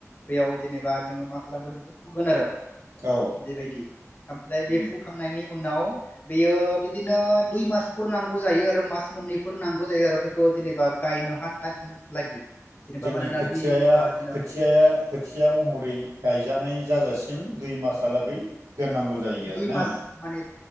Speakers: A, on the left; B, on the right.
A: बेयाव जेनेबा जोंङो मा खालामगोन बेखौ फोगोन आरो
B: औ
A: बेबायदि ओमफ्राय
B: उम
A: बे फुखांनायनि उनाव बेयो बिदिनो दुइ मासफोर नांगौ जायो आरो मास मोननैफोर नांगौ जायो आरो बेखौ जेनेबा गायनहा लागि जेनेबा
B: जोंनि
A: मानोना
B: खोथिय
A: बे जेन'
B: खोथिय खोथिया महरै गायजानाय जाजासिम दुइ मासलागै दोननांगौ जायो
A: दुइ
B: आरो ना
A: मास माने